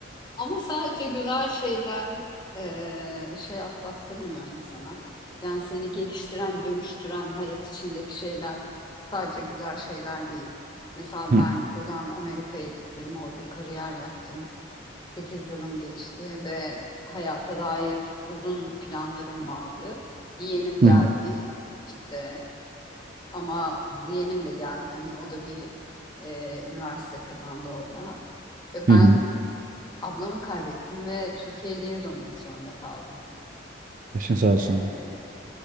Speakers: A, on the left; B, on the right.
A: Ama sadece güzel şeyler eee, şey atlattırmıyor insana. Yani seni geliştiren, dönüştüren hayat içindeki şeyler sadece güzel şeyler değil. Mesela
B: Hı
A: ben buradan Amerika'ya gittim, orada kariyer yaptım. 8 yılım geçti ve hayata dair uzun planlarım vardı. Yeğenim geldi
B: hı hı.
A: işte ama yeğenim de geldi hani o da bir eee, üniversite kazandı orada. Ve
B: hı.
A: ben
B: hı.
A: Ablamı kaybettim ve Türkiye'ye geri dönmek zorunda kaldım.
B: Başın sağ olsun.
A: Ee,